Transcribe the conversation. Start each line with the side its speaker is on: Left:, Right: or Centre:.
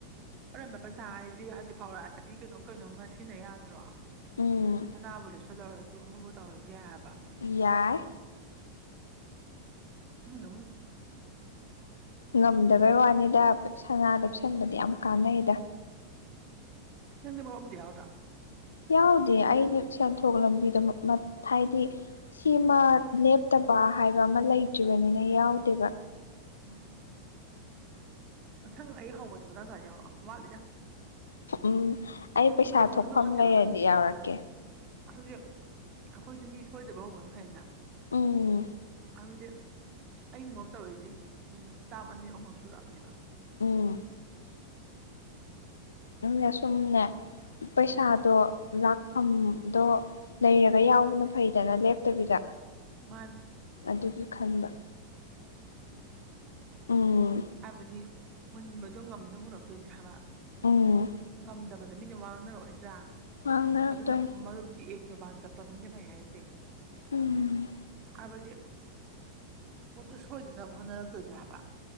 Right: ꯑꯔꯦꯝꯕ ꯄꯩꯁꯥ ꯍꯥꯏꯖꯤ ꯍꯧꯖꯤꯛ ꯐꯥꯎꯔꯛꯑꯗꯤ ꯀꯩꯅꯣꯝ ꯀꯩꯅꯣꯝꯃ ꯁꯤꯖꯤꯟꯅ ꯌꯥꯗ꯭ꯔꯣ
Left: ꯎꯝ
Right: ꯁꯅꯥꯕꯨ ꯂꯦꯞꯁꯜꯍꯧꯔꯖꯨ ꯑꯃꯕꯨ ꯇꯧꯔꯖꯨ ꯌꯥꯏ ꯍꯥꯏꯕ
Left: ꯌꯥꯏ
Right: ꯎꯝ
Left: ꯉꯝꯗꯕꯩ ꯋꯥꯅꯤꯗ ꯁꯅꯥ ꯂꯦꯞꯁꯟꯕꯗꯤ ꯌꯥꯝ ꯀꯥꯟꯅꯩꯗ
Right: <inaudible>
Left: ꯌꯥꯎꯗꯦ ꯑꯩꯗꯤ ꯁꯦꯟꯊꯣꯛ ꯂꯝꯕꯤꯗ ꯍꯥꯏꯗꯤ ꯁꯤ ꯃꯥ ꯂꯦꯞꯇꯕ ꯍꯥꯏꯕ ꯑꯃꯥ ꯂꯩꯇ꯭ꯔꯤꯕꯅꯤꯅ ꯌꯥꯎꯗꯦꯕ
Right: ꯎꯝ ꯃꯊꯪ ꯑꯩ ꯍꯧꯕꯗꯨ ꯃꯇꯥꯡ ꯆꯥꯔꯗꯤ ꯌꯥꯎꯔꯛꯑꯣ ꯋꯥꯠꯂꯤꯗ
Left: ꯎꯝ ꯑꯩ ꯄꯩꯁꯥ
Right: ꯍꯥꯏꯕꯗꯤ
Left: ꯊꯣꯛꯐꯝ
Right: ꯍꯟꯗꯛ ꯅꯠꯇꯦꯕ
Left: ꯂꯩꯔꯗꯤ ꯌꯥꯎꯔꯛꯀꯦ
Right: ꯍꯧꯖꯤꯛ ꯑꯩꯈꯣꯏꯗꯤ ꯃꯤ ꯁꯣꯏꯗꯕ ꯍꯧꯕꯅ ꯐꯩꯅ
Left: ꯎꯝ
Right: <inaudible>
Left: ꯎꯝ ꯎꯝꯅꯦꯁꯨꯝꯅꯦ ꯄꯩꯁꯥꯗꯣ
Right: ꯎꯝ
Left: ꯂꯥꯛ ꯐꯝꯗꯣ ꯂꯩꯔꯒ ꯌꯥꯎꯕꯅ ꯐꯩꯗꯅ ꯂꯦꯞꯇꯕꯤꯗ
Right: <inaudible>
Left: ꯑꯗꯨꯒꯤ ꯈꯟꯕ ꯎꯝ
Right: ꯍꯥꯏꯕꯗꯤ ꯃꯨꯟꯕꯗꯣ ꯉꯝꯅꯕ ꯍꯨꯜꯂꯛꯇꯣꯏꯅꯦ ꯍꯥꯏꯕ
Left: ꯎꯝ
Right: ꯉꯝꯗꯕꯗ ꯃꯤꯅ ꯋꯥ ꯉꯥꯡꯅꯔꯛꯑꯣꯏꯗ꯭ꯔꯥ
Left: ꯉꯥꯡꯅꯔꯛꯇꯣꯏꯅꯦ
Right: ꯑꯗꯨꯅ ꯃꯔꯨꯞꯇꯤ ꯑꯦꯛ ꯖꯕꯥꯟ ꯆꯠꯄ ꯃꯤꯅ ꯐꯩ ꯍꯥꯏꯖꯦ
Left: ꯎꯝ
Right: ꯍꯥꯏꯕꯗꯤ ꯄꯣꯠꯇꯨ ꯁꯣꯏꯗꯅꯕ ꯍꯣꯠꯅꯔꯛꯇꯣꯏꯅꯦ ꯍꯥꯏꯕ